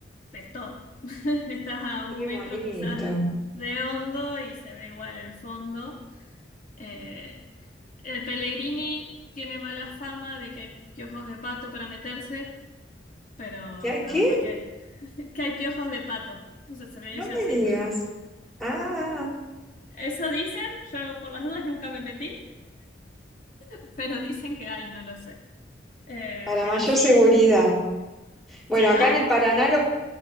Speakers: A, on the left; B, in the centre.
A: pues todo. <laughs> Estás a un
B: qué
A: metro
B: bonito.
A: quizás de hondo y se ve igual el fondo. Eh, el Pellegrini tiene mala fama de que hay piojos de pato para meterse, pero
B: ¿Y hay
A: la
B: qué?
A: verdad que, <laughs> que hay piojos de pato. o sea se le
B: No
A: dice
B: me
A: así,
B: digas.
A: ¿no?
B: Ah,
A: Eso dicen, yo por las dudas nunca me metí, <laughs> pero dicen que hay, no lo sé. Eh,
B: para
A: pero
B: mayor
A: sí,
B: seguridad. Bueno,
A: si no,
B: acá en el Paraná
A: uh,
B: lo